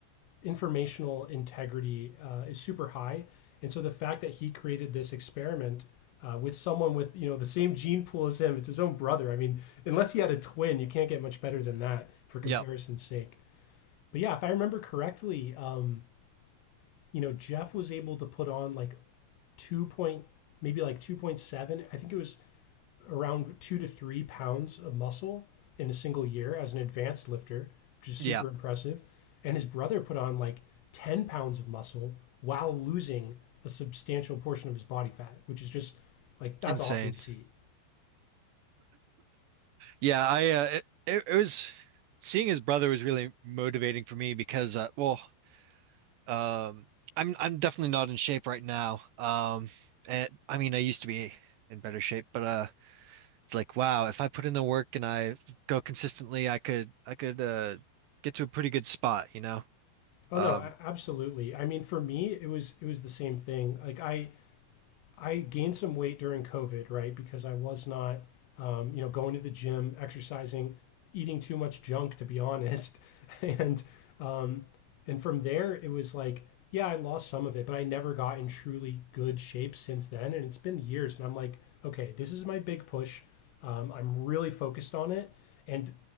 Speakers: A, on the left (about 75°); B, on the right (about 70°).
A: informational integrity uh, is super high. And so the fact that he created this experiment uh, with someone with, you know, the same gene pool as him, it's his own brother. I mean, unless he had a twin, you can't get much better than that for comparison's
B: Yep.
A: sake. But yeah, if I remember correctly, um, you know, Jeff was able to put on like two point, maybe like 2.7. I think it was around two to three pounds of muscle in a single year as an advanced lifter, which is super
B: Yeah.
A: impressive. And his brother put on like 10 pounds of muscle while losing a substantial portion of his body fat, which is just like that's
B: Insane.
A: awesome to see.
B: Yeah, I uh, it, it it was seeing his brother was really motivating for me because uh, well, um, I'm I'm definitely not in shape right now. Um, and I mean, I used to be in better shape, but uh, it's like wow, if I put in the work and I go consistently, I could I could uh get to a pretty good spot, you know?
A: Oh
B: Um,
A: no, a- absolutely. I mean, for me, it was it was the same thing. Like I I gained some weight during COVID, right? Because I was not, um, you know, going to the gym, exercising, eating too much junk, to be honest. <laughs> and um, and from there, it was like, yeah, I lost some of it, but I never got in truly good shape since then. And it's been years, and I'm like, okay, this is my big push. Um, I'm really focused on it, and